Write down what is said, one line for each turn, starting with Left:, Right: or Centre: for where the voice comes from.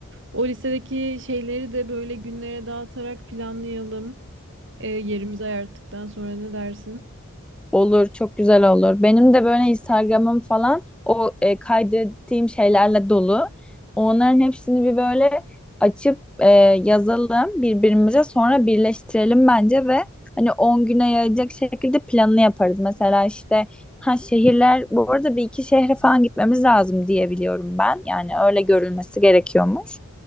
Right: O listedeki şeyleri de böyle günlere dağıtarak planlayalım. E, yerimizi ayarttıktan sonra ne dersin?
Centre: Olur, çok güzel olur. Benim de böyle Instagram'ım falan o e, kaydettiğim şeylerle dolu. Onların hepsini bir böyle açıp e, yazalım birbirimize sonra birleştirelim bence ve hani 10 güne yayacak şekilde planını yaparız. Mesela işte ha şehirler bu arada bir iki şehre falan gitmemiz lazım diye biliyorum ben. Yani öyle görülmesi gerekiyormuş.